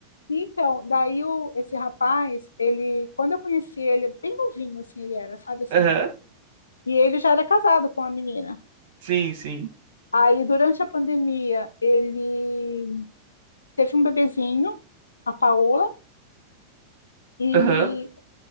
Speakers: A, on the left; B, on the right.
A: Então, daí o, esse rapaz, ele, quando eu conheci ele, bem novinho assim ele era, sabe assim?
B: Aham.
A: E ele já era casado com a menina.
B: Sim, sim.
A: Aí, durante a pandemia, ele teve um bebezinho, a Paola, e
B: Aham.